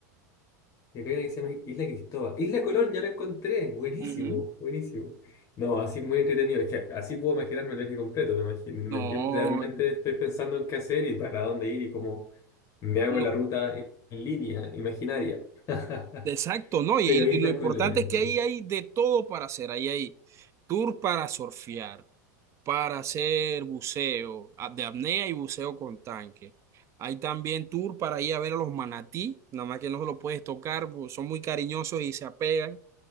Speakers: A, on the left (about 35°); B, on the right (about 30°).
A: Y acá hay una que se llama Isla Cristóbal. Isla Colón, ya la encontré. Buenísimo,
B: Ujú.
A: buenísimo. No, así muy entretenido. Es que así puedo imaginarme el viaje completo. ¿Me imagino,
B: No,
A: me entiendes? Realmente estoy pensando en qué hacer y para dónde ir y cómo me hago
B: no,
A: la ruta en en línea, imaginaria. <laughs>
B: exacto, no. Y,
A: Pero
B: y
A: Isla
B: lo importante
A: Colón, entonces.
B: es que ahí hay de todo para hacer. Ahí hay tour para surfear para hacer buceo a- de apnea y buceo con tanque. Hay también tour para ir a ver a los manatí, nada más que no se los puedes tocar, pues, son muy cariñosos y se apegan.